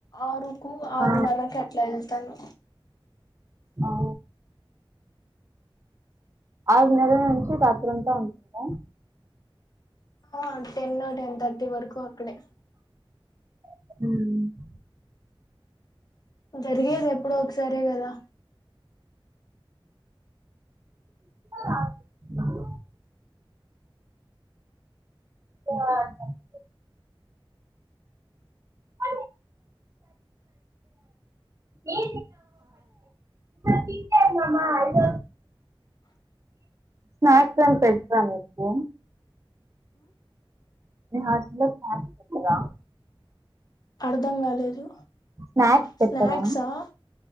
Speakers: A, on the left; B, on the right.
A: ఆరుకు ఆరున్నరకు
B: ఆ,
A: అట్లా ఎళ్తాను
B: ఆ ఆరున్నర నుంచి రాత్రంతా ఉంటుంద
A: ఆ టెన్ టెన్ థర్టీ వరకు అక్కడే
B: మ్మ్
A: జరిగేది ఎప్పుడో ఒకసారే కదా
B: అ <inaudible> ఆ ఇ తింటాయిమ్ మమ్మా ఐద స్నాక్స్ ఏం పెట్టర నీకు మీ హాస్టల్లో కాఫీ పెట్టర
A: అర్ధం కాలేదు
B: స్నాక్స్ పెట్టరా
A: స్నాక్స్ ఆ